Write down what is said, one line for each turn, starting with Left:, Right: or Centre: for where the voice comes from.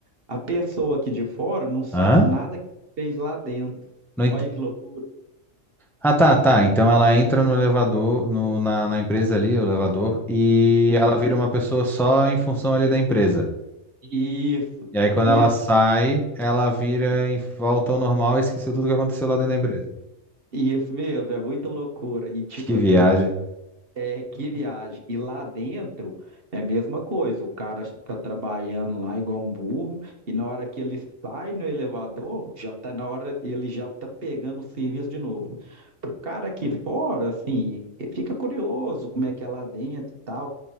Right: A pessoa aqui de fora não sabe
Centre: Hã?
Right: nada que fez lá dentro.
Centre: Não ent-
Right: Olha que loucura.
Centre: Ah, tá, tá. Então ela entra no elevador, no- na, na empresa ali, o elevador, e
Right: Aham.
Centre: ela vira uma pessoa só em função ali da empresa.
Right: Isso.
Centre: E aí quando
Right: E
Centre: ela
Right: a,
Centre: sai,
Right: pe-
Centre: ela vira em volta ao normal e esqueceu tudo que aconteceu lá dentro da empresa.
Right: isso mesmo, é muita loucura. E tipo
Centre: Que
Right: assim,
Centre: viagem.
Right: Véi, que viagem. E lá dentro é a mesma coisa. O cara tá trabalhando lá igual um burro, e na hora que ele sai no elevador, já tá na hora, ele já tá pegando o serviço de novo. O cara aqui fora, assim, fica curioso como é que é lá dentro e tal.